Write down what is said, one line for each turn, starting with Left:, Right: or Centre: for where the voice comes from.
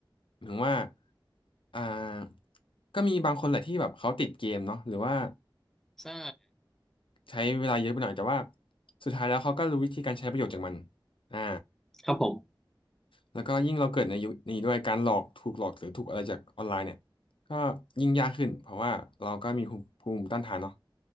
Left: หมายถึงว่าอ่าก็มีบางคนแหละที่แบบเขาติดเกมเนาะหรือว่า
Centre: ใช่
Left: ใช้เวลาเยอะไปหน่อยแต่ว่าสุดท้ายแล้วเขาก็รู้วิธีการใช้ประโยชน์จากมันอ่า
Centre: ครับผม
Left: แล้วก็ยิ่งเราเกิดในยุคนี้ด้วยการหลอกถูกหลอกหรือถูกอะไรจากออนไลน์เนี่ยก็ยิ่งยากขึ้นเพราะว่าเราก็มีภูมิภูมิต้านทานเนาะ